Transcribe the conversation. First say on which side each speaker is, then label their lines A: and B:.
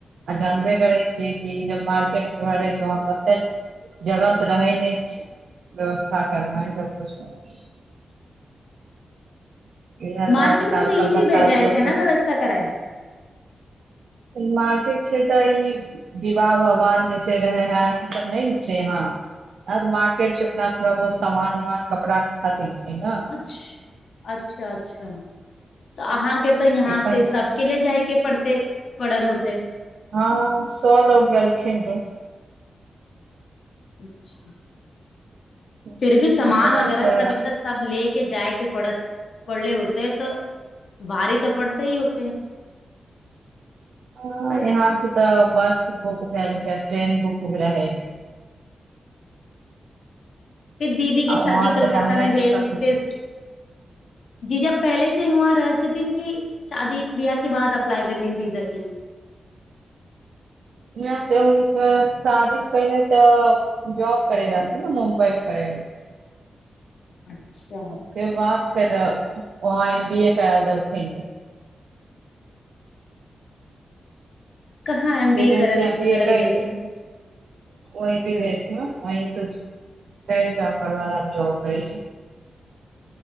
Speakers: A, on the right; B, on the left.
A: आ जानबे करै छियै कि जब मार्केट मे घर रहै छै वहां कते जगह तऽ रहै नहि छै व्यवस्था करनाइ सभकुछ करनाइ इहै दुआरे
B: मार्केट
A: हम कार
B: मे तऽ
A: कलकत्ता
B: इजी भए जाइ
A: स लोक
B: छै
A: के
B: ने व्यवस्था कराय
A: ई मार्केट छै तऽ ई विवाह भवान जैसे रहे है त ई सब नै ने छै यहाँ। अत मार्केट छै अपना थोड़ा बहुत सामान उमान कपड़ा खातिर छै न
B: छ अच्छा अच्छा तऽ
A: हँ
B: अहाँके तऽ यहाँ
A: ऐसन
B: से सब के ले जायके पड़तै परल होतइ।
A: हँ सौ लोग गेलखिन र।
B: अच्छा
A: उसमे
B: फिर भी सामान वगैरह
A: तऽ
B: सब ईतस सब ले के जायके पड़त पड़ले होतै तऽ भारी तऽ पड़ते ही होतय।
A: हं
B: पर
A: यहाँ से तऽ बस बुक भेल फेर ट्रेन बुक रहै।
B: फिर दीदी के
A: आ
B: शादी
A: वहां
B: कलकत्ता
A: तऽ रहबे
B: मे भेल
A: के सब कुछी
B: फिर जीजा पहले से हुआं रहै छथिन, कि शादी बियाह के बाद अप्लाई कर लीं वीजा के लिए।
A: नै से हुंनकर शादीस पहिले तऽ जॉब करै रहथि न मुम्बइ करै रहथीन।
B: अच्छा
A: ओए के बाद फेर वहाँ एम बी ए करा के देलखिन रह
B: कहाँ एम
A: बिदेश
B: बी ए करल
A: से एम बी
B: करल
A: ए कर
B: गेलखिन
A: ओंहि
B: अच्छा
A: बिदेशमे <unintelligible> जॉब करै छी